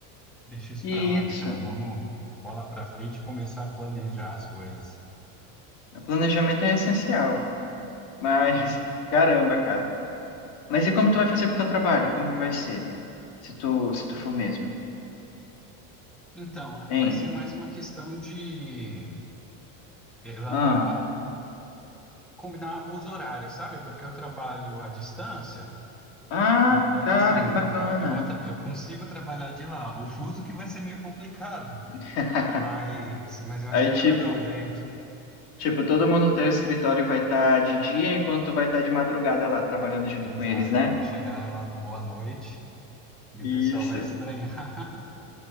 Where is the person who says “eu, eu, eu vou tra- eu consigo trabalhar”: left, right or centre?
Centre